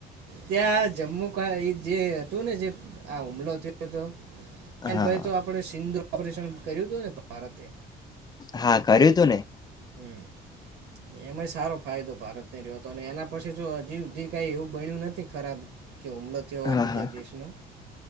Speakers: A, on the right (about 90°); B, on the left (about 25°).
A: ત્યાં જમ્મુ ક જે હતું ને જે આ હુમલો થયો હતો. એન
B: હા
A: પછે તો આપડે સિંધુ ઓપરેશન કર્યું હતું ને ભારતે
B: હા કર્યું તું ને
A: હમ એમાં સારો ફાયદો ભારતને રહ્યો હતો અને એના પછી જો હજીઉધી કઈ એવું બન્યું નથી ખરાબ. કે હુમલો થયો
B: હા
A: હોય બીજા
B: હા
A: દેશનો.